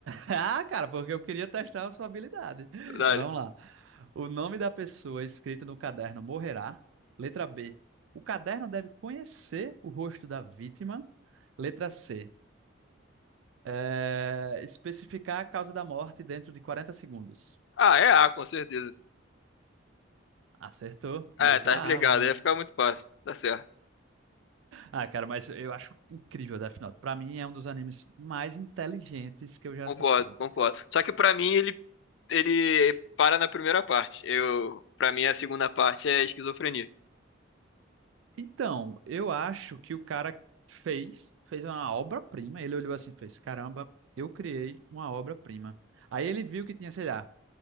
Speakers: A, on the right; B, on the left.
A: Ah, cara, porque eu queria testar a sua habilidade.
B: Dale.
A: Mas Vamos lá. O nome da pessoa escrito no caderno morrerá. Letra B. O caderno deve conhecer o rosto da vítima. Letra C. eh, Especificar a causa da morte dentro de 40 segundos.
B: Ah, é A, com certeza.
A: Acertou. Letra
B: É, tá explicado,
A: A. O
B: ia ficar muito fácil. Tá certo.
A: Ah, cara, mas eu acho incrível Death Note. Pra mim é um dos animes mais inteligentes que eu já
B: Concordo,
A: assisti.
B: concordo. Só que pra mim ele ele para na primeira parte. Eu, para mim a segunda parte é esquizofrenia.
A: Então, eu acho que o cara fez, fez uma obra-prima. Ele olhou assim, e fez, caramba, eu criei uma obra-prima. Aí ele viu que tinha, sei lá,